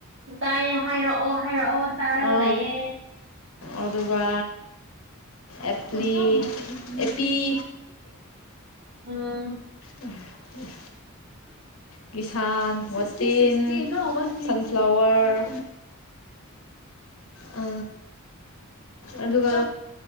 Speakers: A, on the right; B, on the left.
A: ꯇꯥꯏꯌꯦ ꯍꯥꯏꯔꯛꯑꯣ ꯍꯥꯏꯔꯛꯑꯣ ꯇꯥꯔꯒ
B: ꯑ
A: ꯂꯩꯌꯦ
B: ꯑꯗꯨꯒ ꯑꯦꯄꯂꯤ ꯑꯦꯄꯤꯤ
A: ꯎꯝ
B: ꯎꯝ ꯎꯝ ꯀꯤꯁꯥꯟ ꯋꯥꯇꯤꯟ ꯁꯟꯐ꯭ꯂꯋꯔ ꯑ ꯑꯗꯨꯒ